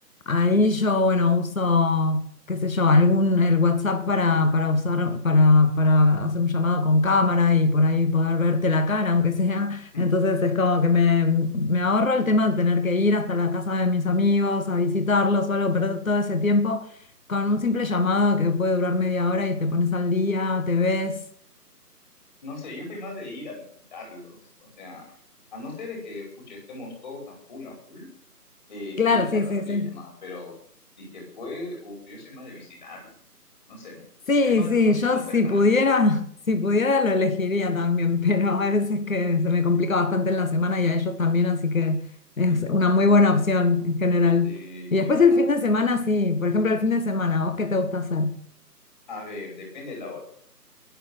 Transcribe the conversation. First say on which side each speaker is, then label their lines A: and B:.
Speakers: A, on the left; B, on the left.
A: Ahí yo, bueno, uso, qué sé yo, algún, el WhatsApp para, para usar, para, para hacer un llamado con cámara y por ahí poder verte la cara, aunque sea.
B: Hmm.
A: Entonces
B: <laughs>
A: es como que me, me ahorro el tema de tener que ir hasta la casa de mis amigos a visitarlos o algo, perder todo ese tiempo con un simple llamado que puede durar media hora y te pones al día, te ves.
B: No sé, yo soy más de ir a visitarlos. O sea, a no ser de que, pucha, estemos todos a full, a full. Eh,
A: Claro,
B: sí, claro,
A: sí, sí,
B: la videollamada,
A: sí.
B: pero si se puede, uf, yo soy más de visitarlo. No sé,
A: Sí,
B: es más,
A: sí,
B: más,
A: yo
B: más
A: si
B: personal.
A: pudiera, <laughs> si pudiera lo elegiría también, pero a veces que se me complica bastante en la semana y a ellos también, así que es
B: <laughs>
A: una muy buena opción en general.
B: Sí,
A: Y después
B: cosas.
A: el fin de semana, sí, por ejemplo el fin de semana, ¿vos qué te gusta hacer?
B: A ver, depende de la hora.